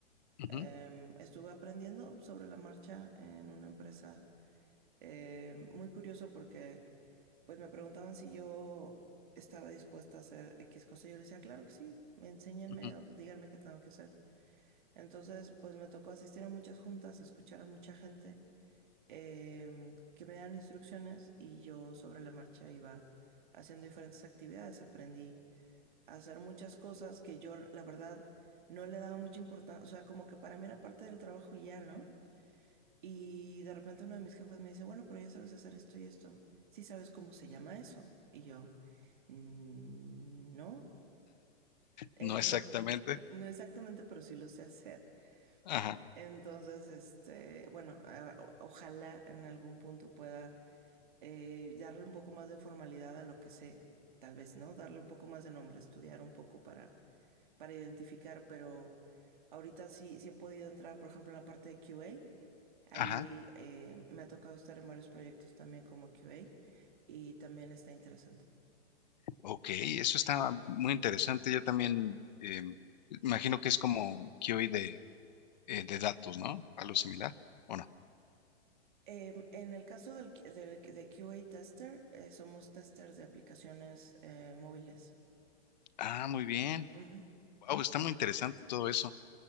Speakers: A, on the left (about 40°); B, on the right (about 45°).
A: ujú,
B: Em, estuve aprendiendo sobre la marcha en una empresa. Em, muy curioso porque pues me preguntaban si yo estaba dispuesta a hacer X cosa. Yo les decía, claro que sí, enséñenme
A: ujú.
B: o díganme qué tengo que hacer. Entonces, pues me tocó asistir a muchas juntas, escuchar a mucha gente, eh, que me dan instrucciones y yo sobre la marcha iba haciendo diferentes actividades. Aprendí a hacer muchas cosas que yo, la verdad, no le daba mucha importancia. O sea, como que para mí era parte del trabajo y ya, ¿no? Y de repente uno de mis jefes me dice, bueno, pero ya sabes hacer esto y esto. Sí sabes cómo se llama eso. Y yo, "Mm, no. Entonces,
A: No exactamente.
B: <laughs> no exactamente, pero sí lo sé hacer.
A: Ajá,
B: Entonces, este, bueno, a- o- ojalá en algún punto pueda eh, darle un poco más de formalidad a lo que sé, tal vez, ¿no? Darle un poco más de nombre, estudiar un poco para, para identificar, pero ahorita sí, sí he podido entrar, por ejemplo, en la parte de QA.
A: ajá.
B: Ahí eh, me ha tocado estar en varios proyectos también como QA y también está interesante.
A: Ok, eso está muy interesante. Yo también eh, imagino que es como QA de, eh, de datos, ¿no? Algo similar, ¿o no?
B: Em, en el caso del, Q- del- de QA Tester, eh, somos testers de aplicaciones eh, móviles.
A: Ah, muy bien.
B: Ujú.
A: Wow, está muy interesante todo eso.